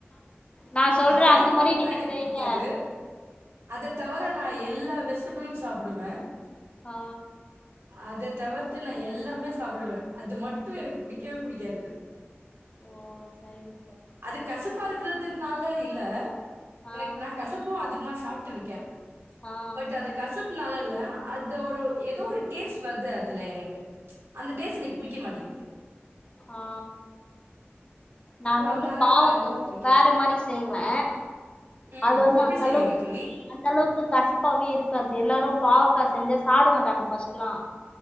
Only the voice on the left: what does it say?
நா சொல்றே
அந்த
மாரி நீங்க
செய்ங்க
ஆ
ஓ சரிங்க சா
ஆ
ஆ
ஆ நானு
வந்து பாவக்க
வந்து
வேற மாரி செய்வே
அது வந்து
அந்தளவுக்கு
அந்தளவுக் கு கசப்பாவே இருக்காது எல்லாரு பாவக்க் செஞ்சா சாப்ட மாட்டாங்க ஃபஸ்ட்லா